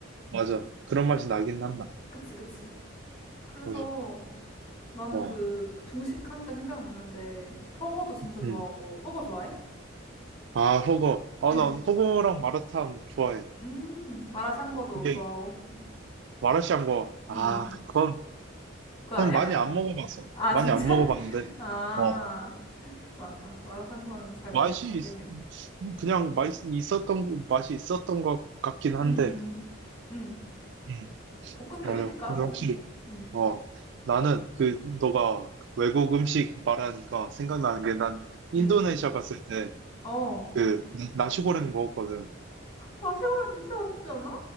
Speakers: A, on the right (about 60°); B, on the left (about 30°).
A: 맞아. 그런 맛이 나긴 한다.
B: 그치, 그치. 그래서
A: 맞아.
B: 나는
A: 어,
B: 그 중식하니까 생각났는데, 허거도 진짜 좋아하고,
A: 음.
B: 허거 좋아해?
A: 아, 호거. 아,
B: 응.
A: 난 호거랑 마라탕 좋아해.
B: 음, 마라샹궈도
A: 이게,
B: 좋아하고.
A: 마라샹궈. 아,
B: 음,
A: 그건,
B: 그건
A: 그건
B: 아니야?
A: 많이
B: <laughs>
A: 안 먹어봐서.
B: 아,
A: 많이
B: 진짜?
A: 안 먹어봤는데,
B: <laughs> 아,
A: 어.
B: 맞아. 마라샹궈는 잘
A: 맛이,
B: 많이 안 먹긴
A: 있-
B: 해.
A: 음, 그냥 맛, 있었던, 거- 맛이 있었던 것 같긴 한데,
B: 음, 음,
A: 음,
B: 볶음 요리니까
A: 맞아. 근데
B: 뭐.
A: 확실히,
B: 음,
A: 어, 나는 그, 너가 외국 음식 말하니까 생각나는 게 난 인도네시아
B: 음.
A: 갔을 때,
B: 어,
A: 그, 나시고랭 먹었거든.
B: 나시고랑 진짜 맛있지 않아?